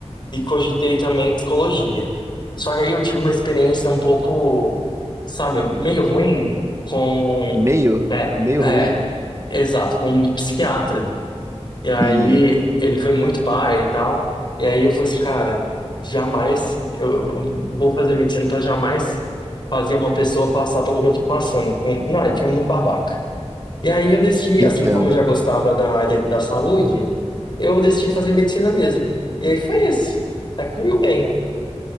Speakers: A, on the left (about 40°); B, on the right (about 25°).
A: e cogitei também psicologia. Só que aí eu tive uma experiência um pouco, sabe, meio ruim com.
B: Meio,
A: É,
B: meio
A: é,
B: ruim
A: exato, com um psiquiatra. E aí
B: e
A: ele foi muito pai e tal. E aí eu falei assim, cara, jamais eu eu vou fazer medicina pra jamais fazer uma pessoa passar pelo que eu tô passando. Com- Não, ele foi muito babaca. E aí eu decidi,
B: entendo.
A: assim, como eu já gostava da área da saúde, eu decidi fazer medicina mesmo. E aí foi isso. Aí fluiu bem.